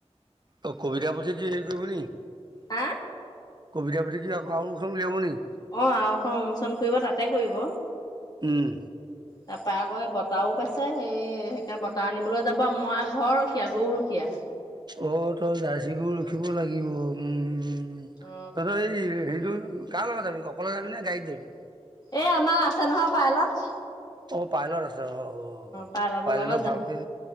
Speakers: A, on the right; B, on the left.
A: অসুবিধা বুলি কি হেৰি কৰিব নেকি?
B: হা
A: কবিতা পুথি কি আৰু এখন উলিয়াব নেকি।
B: অঁহ', আৰু এখন উন্মোচন কৰিব তা'তে কৰিব।
A: উম,
B: তাৰপৰা আকৌ এই বতাহও পাইছে সেই সেইকাৰণে বতাহ আনিবলৈ যাব, মই ঘৰ ৰখিয়া, গৰু ৰখিয়া।
A: অ তই জাৰ্চি গৰু ৰখিব লাগিব উমঁ। ত'
B: অ
A: তই এই হেৰিটো কাৰ লগত যাবি অকলে যাবি নে গাড়ীত যাবি?
B: এই আমাৰ আছে নহয় পাইলট।
A: অহ', -পাইলট আছে অ। অঁহ',
B: পাইলতৰ
A: -পাইলটক
B: লগত যাম
A: ভালকৈ,